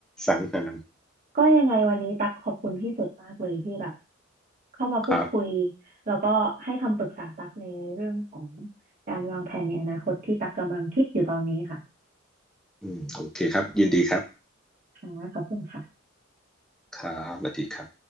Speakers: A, in the centre; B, on the right (about 45°).
A: สังหา
B: ก็ยังไงวันนี้ตักขอบคุณพี่สุดมากเลยที่แบบเข้ามาพูดคุย
A: ครับ
B: แล้วก็ให้คำปรึกษาตักในเรื่องของการวางแผนในอนาคตที่ตักกำลังคิดอยู่ตอนนี้ค่ะ
A: อืมโอเคครับยินดีครับ
B: ค่ะขอบคุณค่ะ
A: ครับสวัสดีครับ